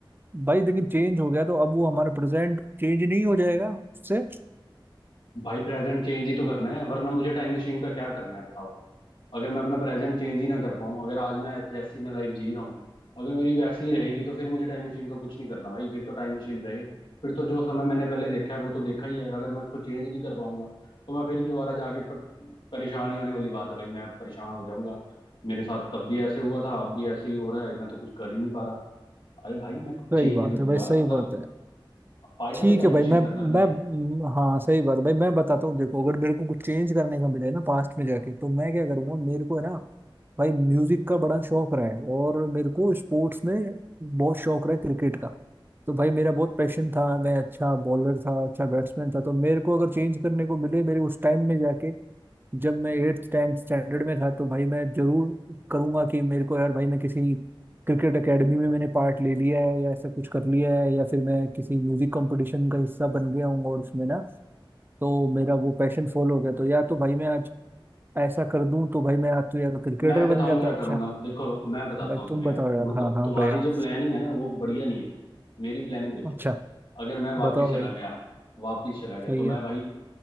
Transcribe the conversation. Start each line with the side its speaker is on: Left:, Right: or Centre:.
Right: भाई लेकिन चेंज हो गया तो अब वो हमारा प्रेजेंट चेंज नहीं हो जाएगा उससे
Left: भाई प्रेजेंट चेंज ही तो करना है वरना मुझे टाइम मशीन का क्या करना है बताओ अगर मैं अपना प्रेजेंट चेंज ही ना कर पाऊँ अगर आज मैं जैसी मैं लाइफ जी रहा हूँ अगर मेरी वैसी ही रहेगी तो फिर मुझे टाइम मशीन का कुछ नहीं करना भाई फिर तो टाइम मशीन रहे फिर तो जो समय मैंने पहले देखा है वो तो देखा ही है अगर मैं उसको चेंज नहीं कर पाऊंगा तो मैं फिर दोबारा जाके प- परेशान ही होने वाली बात है भाई मैं परेशान हो जाऊंगा मेरे साथ तब भी ऐसे हुआ था अब भी ऐसे ही हो रहा है मैं तो कुछ कर ही नहीं पा रहा अरे भाई मैं कुछ
Right: सही
Left: चेंज
Right: बात
Left: करूंगा
Right: है भाई सही
Left: मतलब
Right: बात है
Left: फायदा
Right: ठीक
Left: तो टाइम
Right: है भाई
Left: मशीन
Right: मैं
Left: का तभी
Right: मैं
Left: है
Right: म, हाँ सही बात है भाई मैं बताता हूँ देखो अगर मेरे को कुछ चेंज करने का मिले ना पास्ट में जाके तो मैं क्या करूंगा मेरे को है ना भाई म्यूजिक का बड़ा शौक रहा है और मेरे को स्पोर्ट्स में बहुत शौक रहा है क्रिकेट का तो भाई मेरा बहुत पैशन था मैं अच्छा बॉलर था अच्छा बैट्समैन था तो मेरे को अगर चेंज करने को मिले मेरे उस टाइम में जाके जब मैं एट्थ टेंथ स्टैंडर्ड में था तो भाई मैं जरूर करूंगा कि मेरे को यार भाई मैं किसी क्रिकेट एकेडमी में मैंने पार्ट ले लिया है या ऐसा कुछ कर लिया है या फिर मैं किसी म्यूजिक कंपटीशन का हिस्सा बन गया हूँ और उसमें ना तो मेरा वो पैशन फॉलो हो गया तो या तो भाई मैं आज ऐसा कर दूं तो भाई मैं आज तो यार क्रिकेटर
Left: मैं
Right: बन
Left: बताऊं
Right: जाता
Left: क्या
Right: अच्छा
Left: करूंगा देखो मैं बताता
Right: भाई
Left: हूँ तुम्हें
Right: तुम बताओ
Left: यार
Right: यार
Left: मतलब
Right: हाँ हाँ
Left: तुम्हारी
Right: भैया
Left: जो प्लानिंग है ना वो बढ़िया नहीं है मेरी प्लानिंग देखो
Right: अच्छा
Left: अगर मैं वापिस
Right: बताओ
Left: चला
Right: भाई
Left: गया वापिस चला गया
Right: सही
Left: तो मैं
Right: है
Left: भाई